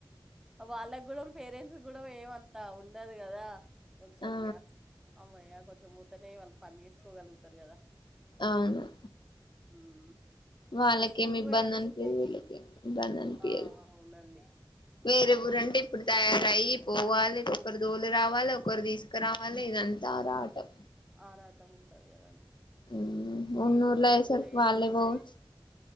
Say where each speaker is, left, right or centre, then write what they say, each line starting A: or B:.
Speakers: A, in the centre; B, on the left.
A: వాళ్ళక్ కూడా పేరెంట్స్ కూడా ఏమంతా ఉండదు కదా కొంచెం
B: ఆ
A: ఇగా అమ్మాయా కొంచెం పోతనే వాళ్ పని చేస్కోగల్గుతారు కదా
B: అవును
A: ఊమ్
B: వాళ్ళకేమి
A: స్కూలుపోయి
B: ఇబ్బంది
A: అచ్చింద్
B: అనిపియదు వీళ్ళకేమి ఇబ్బంది అనిపియదు
A: ఆ అవునండి
B: వేరే ఊరంటే ఇప్పుడు తయారయి పోవాలి ఒకరు దోలు రావాలి ఒకరు తీస్ రావాలే ఇదంతా ఆరాటం
A: ఆరాటం ఉంటది కదండి
B: ఊమ్
A: నేను
B: ఉన్నూర్లో
A: కూడా
B: అయ్యేసరికి
A: ఉన్నూళ్లో వేసుకుంటే
B: వాళ్ళే పోవచ్చు